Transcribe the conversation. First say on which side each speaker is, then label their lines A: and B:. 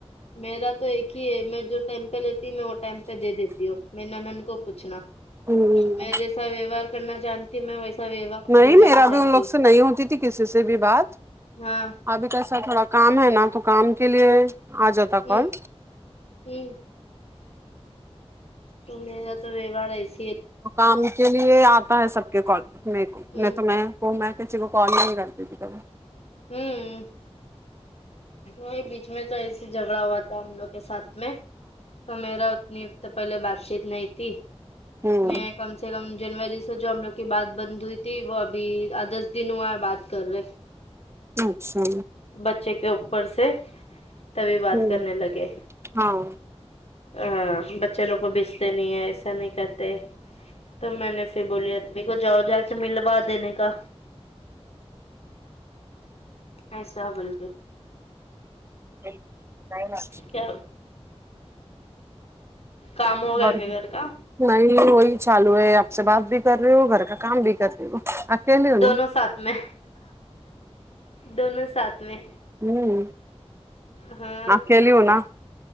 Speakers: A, on the left (about 70°); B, on the right (about 25°).
A: میرا تو ایک ہی ہے میں جو ٹائم پہ لیتی ہوں میں وہ ٹائم پہ دے دیتی ہوں میرے نند کو پوچھنا
B: ہوں
A: میں جیسا ویوہار کرنا جانتی ہوں میں ویسا ویوہار
B: نہیں
A: دینا
B: میرا
A: جانتی
B: بھی ان لوگ سے نہیں ہوتی تھی کسی سے بھی بات
A: ہوں ہاں
B: ابھی کیسا تھوڑا کام ہے نا تو کام کے لیے آ جاتا
A: ہمم
B: کال
A: ھمم تو میرا تو ویوہار ایس
B: کام کے لیے آتا ہے سب کے کال میں کو
A: ہ
B: نئی تو میں تو میں کسی کال ہی نہیں کرتی تھی کبھی
A: ہمم نہیں بیچ میں تو ایس جھگڑا ہوا تھا ہم لوگ کے ساتھ میں تو میرا اتنی تو پہلے بات چیت نہیں تھی
B: ہوں
A: میں کم سے کم جنوری سے جو ہم لوگ کی بات بند ہوئی تھی وہ ابھی دس دن ہوا ہے بات کر رہے
B: اچھا
A: بچے کے اوپر سے تبھی بات
B: ہوں
A: کرنے لگے
B: ہاں
A: ہاں بچے لوگ کو بیچتے نہیں ہیں ایسا نہیں کرتے تو میں نے پھر بولی آدمی کو جاؤ جا کے ملوا دینے کا ایسا بالکل
B: نہیں نہیں
A: کیا کام ہو گیا
B: اور
A: کیا گھر کا
B: نہیں وہی چالو ہے آپ سے بات بھی کر رہے ہو گھر کا کام بھی کر رہے ہو اکیلی ہو
A: دونوں
B: نا
A: ساتھ میں دونوں ساتھ میں
B: ہمم
A: ہاں
B: آکیلی ہوں نہ